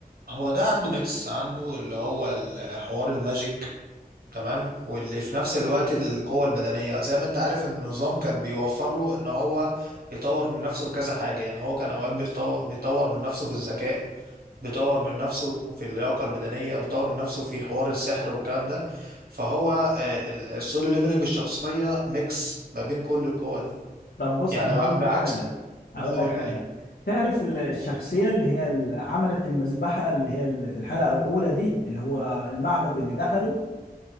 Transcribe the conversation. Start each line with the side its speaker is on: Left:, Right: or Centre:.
Right: هو ده عنده ميكس عنده اللي هو الحوار الماجيك تمام واللي في نفس الوقت القوة البدنية زي ما انت عارف ان النظام كان بيوفر له ان هو يطور من نفسه في كذا حاجة يعني هو كان اوقات بيختو- بيطور من نفسه في الذكاء بيطور من نفسه في اللياقة البدنية بيطور من نفسه في حوار السحر والكلام ده فهو آه، ال- السولو ليفلنج الشخصية ميكس ما بين كل القوة دي
Left: طب بص
Right: يعني
Left: انا
Right: بع-
Left: هقول
Right: بعكس
Left: لك حاجة هقول
Right: قول
Left: لك حاجة
Right: لي
Left: تعرف ال- الشخصية اللي هي اللي عملت المذبحة اللي هي اللي في الحلقة الأولى دي اللي هو المعبد اللي دخله